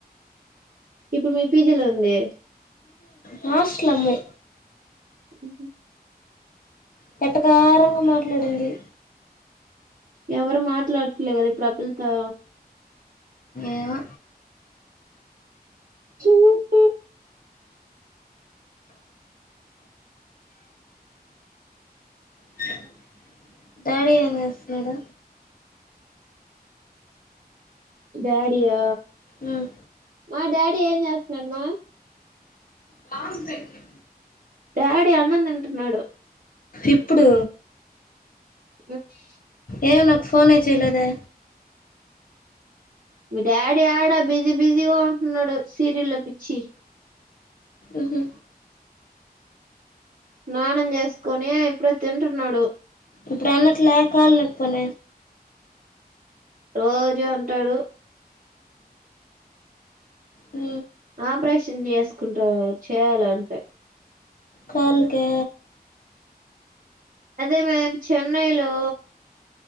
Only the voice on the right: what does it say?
ఇప్పుడు మీ పీజీలో ఉంది
హ్మ్
ఎవరు మాట్లాడట్లే కదా ఇప్పుడు ఆ పిల్లతో
చూసే
డాడీ యా
మా డాడ్ ఏం చేస్తున్నాడమ్మా
డాడీ అన్నం తిం టున్నాడు
గతి
మీ డాడీ ఆడా బి ఇది బిజీగా ఉంటున్నాడు సీరియల్ పిచ్చి
నానం చేసుకొని ఇప్పుడే తింటున్నాడు
రోజు అంటాడు
ఆపరేషన్ చేసుకుంట చేయాల అంటే
అదే మే చెన్నైలో